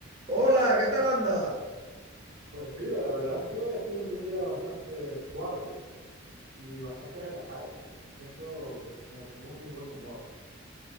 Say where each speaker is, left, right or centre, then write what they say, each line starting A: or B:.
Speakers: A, on the right (about 40°); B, on the right (about 70°).
A: Hola, ¿qué tal andas?
B: Pues tío, la verdad es que hoy ha sido un día bastante suave y bastante relajado. Me siento como con muy buen humor.